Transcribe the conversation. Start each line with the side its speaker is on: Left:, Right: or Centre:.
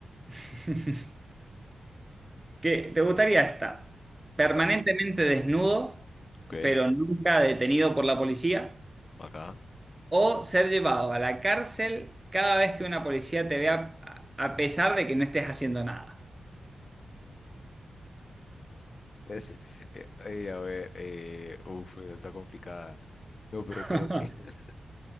Right: <laughs> ¿qué- te gustaría estar permanentemente
Left: Ajá,
Right: desnudo,
Left: ok,
Right: pero nunca detenido por la policía?
Left: acá.
Right: ¿O ser llevado a la cárcel cada vez que una policía te vea, a a pesar de que no estés haciendo nada?
Left: Es, eh, eh, a ver, eh, uf, está complicada. No, pero
Right: <laughs>
Left: creo que, <laughs>